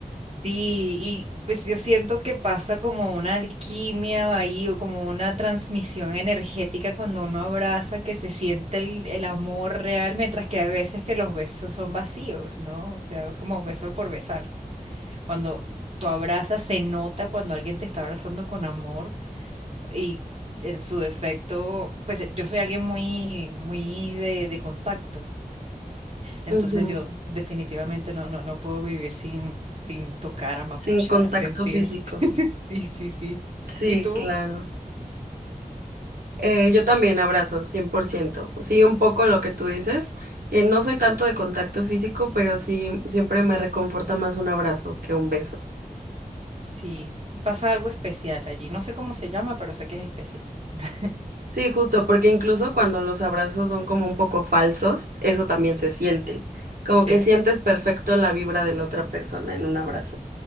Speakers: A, on the right; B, on the right.
A: Sí, y pues yo siento que pasa como una alquimia ahí o como una transmisión energética cuando uno abraza, que se siente el, el amor real, mientras que a veces que los besos son vacíos, ¿no? O sea, es como beso por besar. Cuando tú abrazas, se nota cuando alguien te está abrazando con amor y en su defecto, pues eh, yo soy alguien muy, muy de, de contacto, entonces
B: Ujú.
A: yo definitivamente no, no, no puedo vivir sin, sin tocar, amapuchar,
B: Sin contacto
A: sentir.
B: físico.
A: <laughs> Sí, sí, sí.
B: Sí,
A: ¿Y tú?
B: claro. Eh, yo también abrazo, 100%. Sí, un poco lo que tú dices, que no soy tanto de contacto físico, pero sí, siempre me reconforta más un abrazo que un beso.
A: Sí, pasa algo especial allí. No sé cómo se llama, pero sé que es especial. <laughs>
B: Sí, justo, porque incluso cuando los abrazos son como un poco falsos, eso también se siente, como
A: Sí,
B: que sientes perfecto la vibra de la otra persona en un abrazo.